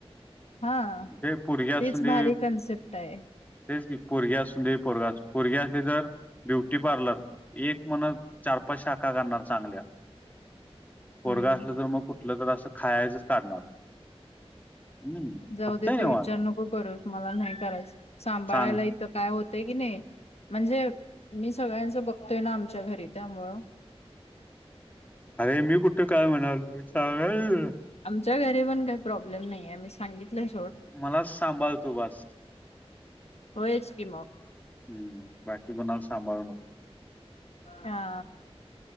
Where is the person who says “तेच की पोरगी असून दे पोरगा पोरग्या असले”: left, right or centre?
Left